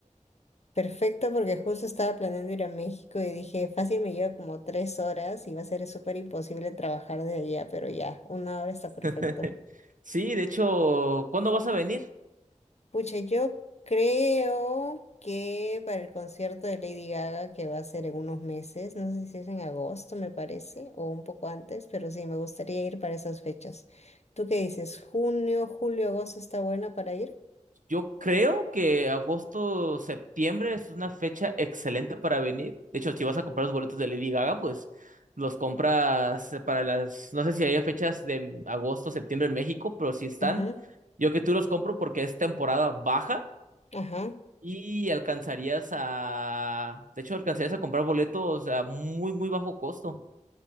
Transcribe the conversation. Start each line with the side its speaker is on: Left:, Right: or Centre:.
Left: Perfecto porque justo estaba planeando ir a México y dije, fácil me lleva como tres horas y va a ser súper imposible trabajar desde allá, pero ya, una hora está
Right: <laughs>
Left: perfecto.
Right: Sí, de hecho, ¿cuándo vas a venir?
Left: Pucha, yo creo que para el concierto de Lady Gaga, que va a ser en unos meses, no sé si es en agosto, me parece, o un poco antes, pero sí, me gustaría ir para esas fechas. ¿Tú qué dices? ¿Junio, julio, agosto está bueno para ir?
Right: Yo creo que agosto, septiembre es una fecha excelente para venir. De hecho, si vas a comprar los boletos de Lady Gaga, pues los compras eh, para las, no sé si hay fechas de agosto, septiembre en México, pero si están,
Left: Ujú,
Right: yo que tú los compro porque es temporada baja
Left: Ajá,
Right: y alcanzarías a, de hecho, alcanzarías a comprar boletos a muy, muy bajo costo.